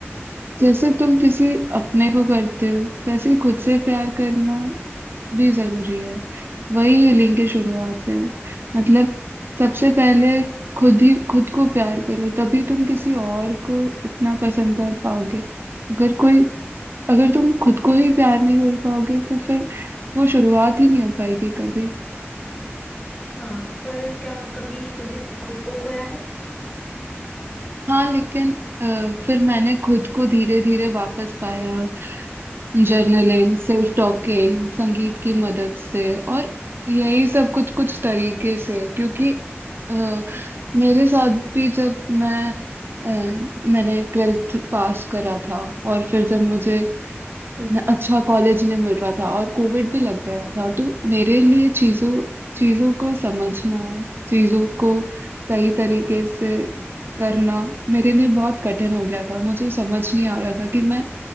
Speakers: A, on the right; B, on the left.
A: जैसे तुम किसी अपने को करते हो वैसे ही खुद से प्यार करना भी जरूरी है वही हीलिंग की शुरुआत है मतलब सबसे पहले खुद ही खुद को प्यार करो तभी तुम किसी और को इतना पसंद कर पाओगे अगर कोई अगर तुम खुद को ही प्यार नहीं कर पाओगे तो फिर वो शुरुआत ही नहीं हो पाएगी कभी
B: हाँ पर क्या कभी तुमने खुद को खोया है
A: हाँ लेकिन अ, फिर मैंने खुद को धीरे धीरे वापस पाया जर्नलिंग सेल्फ टॉकिंग संगीत की मदद से और यही सब कुछ कुछ तरीके से क्योंकि अ, मेरे साथ भी जब मैं अ, मैंने ट्वेल्थ पास करा था और फिर जब मुझे न- अच्छा कॉलेज नहीं मिल रहा था और कोविड भी लग गया था तो मेरे लिए चीजों चीजों को समझना चीजों को सही तरीके से करना मेरे लिए बहुत कठिन हो गया था मुझे समझ नहीं आ रहा था कि मैं